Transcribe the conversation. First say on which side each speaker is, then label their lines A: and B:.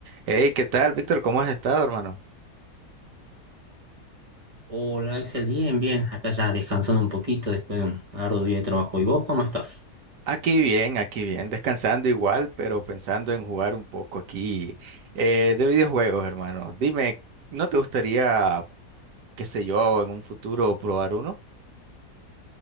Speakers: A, on the right (about 85°); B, on the right (about 25°).
A: Hey, ¿qué tal, Víctor? ¿Cómo has estado, hermano?
B: Hola Axel, bien, bien, acá ya descansando un poquito después de un arduo día de trabajo. ¿Y vos cómo estás?
A: Aquí bien, aquí bien, descansando igual, pero pensando en jugar un poco aquí eh, de videojuegos, hermano. Dime, ¿no te gustaría, qué sé yo, en un futuro probar uno?